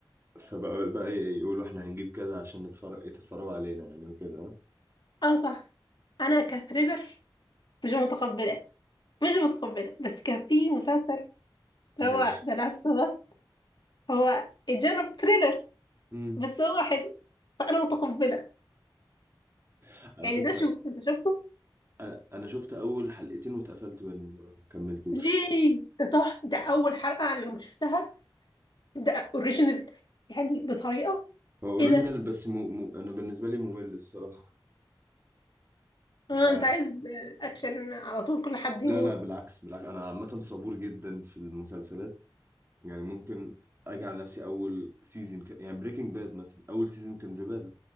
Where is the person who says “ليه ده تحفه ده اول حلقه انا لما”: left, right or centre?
Left